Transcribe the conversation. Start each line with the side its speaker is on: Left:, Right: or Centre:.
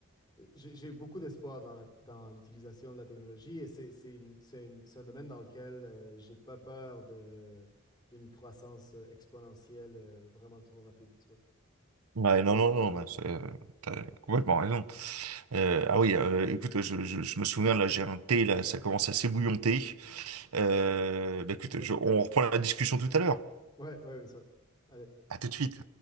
Left: J'ai j'ai beaucoup d'espoir dans la- dans l'utilisation de la technologie et c'est c'est une- c'est une- c'est un domaine dans lequel euh, j'ai pas peur de, d'une croissance euh, exponentielle euh, vraiment trop rapide, tu vois.
Right: Ouais, non, non, non, mais c'est, euh, t'as complètement raison. Euh, ah oui, euh, écoute, je, je, je me souviens, là, j'ai un thé, là, ça commence à s'ébouillonter. Euh, bah écoute,
Left: OK.
Right: je- on reprend la discussion tout à l'heure.
Left: Ouais, ouais, mais ça. Allez.
Right: À tout de suite.